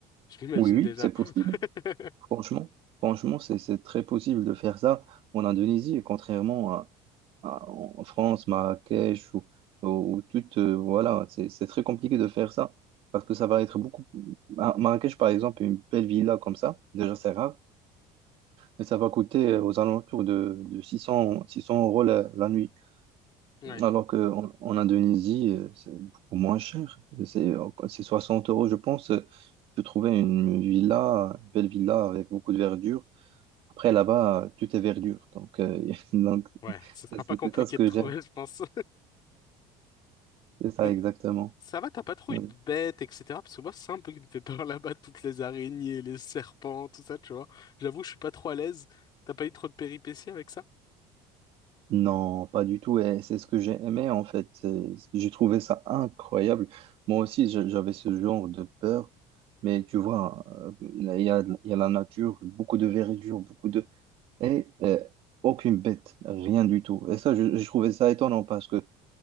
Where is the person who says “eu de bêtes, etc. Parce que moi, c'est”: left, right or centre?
Left